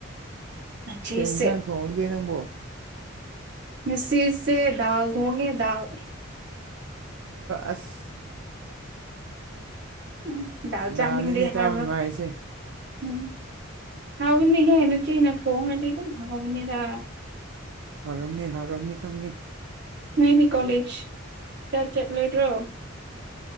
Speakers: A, on the right; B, on the right.
A: ꯅꯆꯦꯁꯦ
B: ꯀꯩ ꯌꯦꯟꯁꯥꯡ ꯊꯣꯡꯉꯒꯦ ꯅꯪꯕꯣ
A: ꯃꯤꯁꯤꯁꯦ ꯗꯥꯜ ꯊꯣꯡꯉꯦ ꯗꯥꯜ
B: ꯑꯁ
A: ꯎꯝ ꯗꯥꯎ ꯆꯥꯅꯤꯡꯗꯦ
B: ꯗꯥꯜꯅꯤꯅꯦ
A: ꯍꯥꯏꯕ꯭ꯔꯣ
B: ꯆꯥꯕ ꯅꯨꯡꯉꯥꯏꯔꯤꯁꯦ
A: ꯎꯝ ꯍꯥꯎꯅꯤ ꯍꯦꯟꯅꯆꯦꯅ ꯊꯣꯡꯅꯗꯤ ꯑꯗꯨꯝ ꯍꯥꯎꯅꯤꯗ
B: ꯍꯥꯔꯝꯅꯤ ꯍꯥꯔꯝꯅꯤ ꯈꯪꯉꯦ
A: ꯅꯣꯏꯗꯤ ꯀꯣꯂꯦꯖ ꯀ ꯆꯠꯂꯣꯏꯗ꯭ꯔꯣ